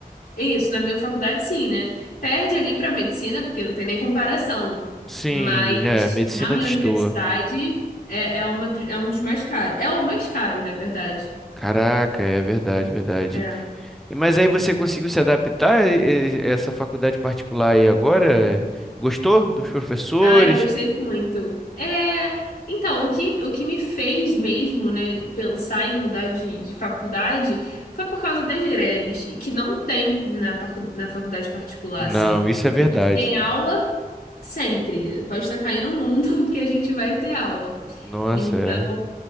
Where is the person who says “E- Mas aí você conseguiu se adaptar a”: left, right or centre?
Centre